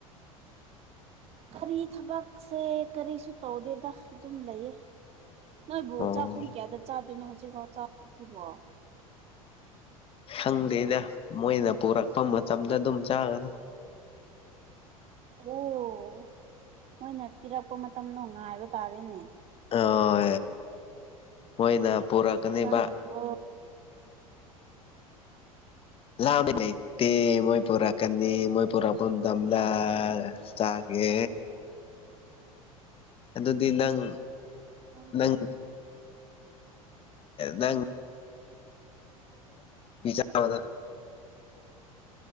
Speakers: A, on the right; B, on the left.
A: ꯀꯔꯤ ꯊꯕꯛꯁꯦ ꯀꯔꯤꯁꯨ ꯇꯧꯗꯦꯗ ꯑꯗꯨꯝ ꯂꯩꯌꯦ ꯅꯣꯏꯕꯨ
B: ꯑꯣ
A: ꯆꯥꯛ ꯄꯨꯡ ꯀꯌꯥꯗ ꯆꯥꯗꯣꯏꯅꯣ ꯍꯧꯖꯤꯛꯐꯥꯎ ꯆꯥꯈꯤꯕꯣ
B: ꯈꯪꯗꯦꯗ ꯃꯣꯏꯅ ꯄꯨꯔꯛꯄ ꯃꯇꯝꯗ ꯑꯗꯨꯝ ꯆꯥꯒꯅꯤ
A: ꯑꯣ ꯃꯣꯏꯅ ꯄꯤꯔꯛꯄ ꯃꯇꯝꯗꯣ ꯉꯥꯏꯕ ꯇꯥꯔꯦꯅꯦ
B: ꯑꯣ ꯃꯣꯏꯅ ꯄꯨꯔꯛꯀꯅꯦꯕ
A: ꯆꯥꯛꯂꯝꯗꯕ꯭ꯔꯣ
B: ꯂꯥꯃꯤ ꯂꯩꯇꯦ ꯃꯣꯏ ꯄꯨꯔꯛꯀꯅꯤ ꯃꯣꯏ ꯄꯨꯔꯛꯄ ꯃꯇꯝꯗ ꯆꯀꯦ ꯑꯗꯨꯗꯤ ꯅꯪ
A: ꯑꯣ
B: ꯅꯪ ꯅꯪ ꯆꯥꯗ